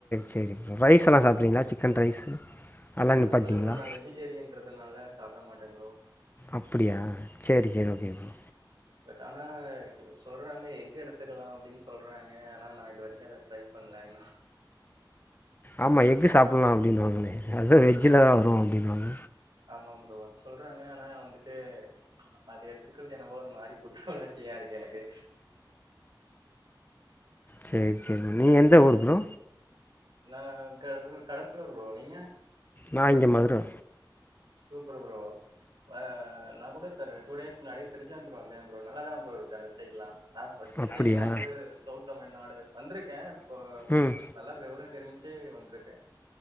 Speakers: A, on the left; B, on the right.
A: சேரி ப்ரோ ரைஸ்ஸெல்லா சாப்றீங்களா சிக்கன் ரைஸு அதெல்லாம்
B: ஆ
A: நிப்பாட்டிங்களா
B: இல்ல ப்ரோ நா வெஜிடேரியன்றதுனால சாப்ட மாட்டே ப்ரோ
A: அப்படியா சேரி சேரி ஒகே ப்ரோ
B: பட் ஆனா சொல்றாங்க எக்ஃகு எடுத்துக்கலா அப்டின்னு சொல்றாங்க ஆனா நா இது வரைக்கு அத ட்ரை பண் ல <inaudible>
A: ஆமா எக்ஃகு சாப்டலா அப்படின்னுவாங்களே அது வெஜ்ஜல தா வரு அப்படின்னுவாங்க
B: ஆமா ப்ரோ அது சொல்றாங்க ஆனா வந்துட்டு அது எடுத்துக்கிறது என்னவோ ஒரு மாரி குற்ற உணர்ச்சியா இருக்கு எனக்கு
A: சேரி சேரி நீ எந்த ஊர் ப்ரோ
B: நான் கட கடலூர் ப்ரோ நீங்க
A: நா இங்க மதுர
B: சூப்பர் ப்ரோ ஆ நா கூட இப்ப டூ டேஸ் முன்னாடி திருச்செந்தூர் வந்தேன் ப்ரோ நல்லாதா ப்ரோ இருக்கு அந்த சைட்லா நா ஃபஸ்ட்
A: அப்படியா
B: டைம் வந்து சௌத் தமிழ்நாடு வந்திருக்கே இப்போ
A: ம்
B: நல்லா விவர தெரிஞ்சே வந்திருக்கே